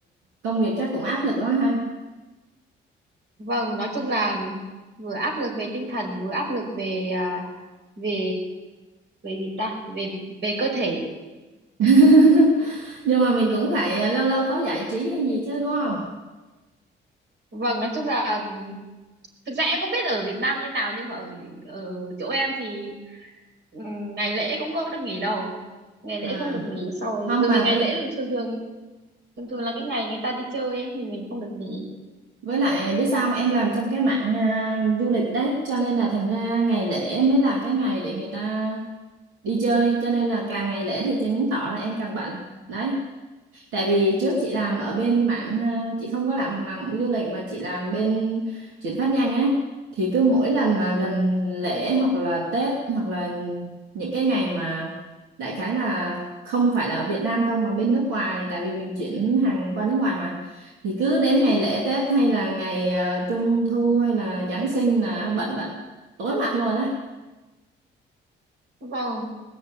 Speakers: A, on the right (about 90°); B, on the right (about 60°).
A: công việc chắc cũng áp lực lắm ha
B: Vâng, nói chung là vừa áp lực về tinh thần, vừa áp lực về à, về về gì ta, về về cơ thể.
A: <laughs> nhưng mà mình cũng phải ờ, lâu lâu có giải trí hay gì chứ đúng không
B: Vâng, nói chung là ừm, thực ra em không biết ở Việt Nam như nào nhưng mà ở ở chỗ em thì Ừ, ngày lễ cũng có được nghỉ đâu ngày lễ
A: à
B: không được nghỉ sau rồi
A: không
B: bởi
A: mà
B: vì ngày
A: biết
B: lễ là thường thường thường thường là cái ngày người ta đi chơi ấy thì mình không được nghỉ
A: với lại biết sao không? em làm trong cái mạng à, du lịch đấy cho nên là thành ra ngày lễ mới là cái ngày để người ta đi chơi cho nên là càng ngày lễ thì chứng tỏ là em càng bận đấy Tại vì trước chị làm ở bên mảng ờ, chị không có làm mảng du lịch mà chị làm bên chuyển phát nhanh á thì cứ mỗi lần mà gần lễ hoặc là Tết hoặc là những cái ngày mà đại khái là không phải là ở Việt Nam không mà bên nước ngoài tại vì mình chuyển hàng qua nước ngoài mà thì cứ đến ngày lễ Tết hay là ngày ờ, Trung thu hay là Giáng sinh là bận bận tối mặt luôn á
B: vâng